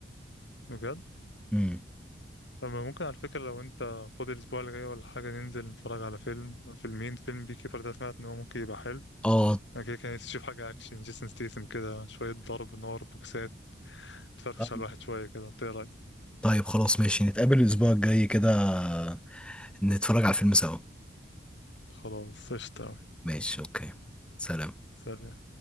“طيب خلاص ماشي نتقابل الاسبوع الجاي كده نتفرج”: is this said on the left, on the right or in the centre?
Centre